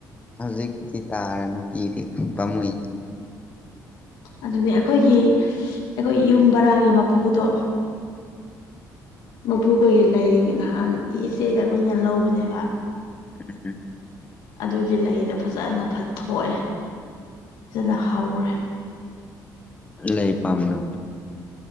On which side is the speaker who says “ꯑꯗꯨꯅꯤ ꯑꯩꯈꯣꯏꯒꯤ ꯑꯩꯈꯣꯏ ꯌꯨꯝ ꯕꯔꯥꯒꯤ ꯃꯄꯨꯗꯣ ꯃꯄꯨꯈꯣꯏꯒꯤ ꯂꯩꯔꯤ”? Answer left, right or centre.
Left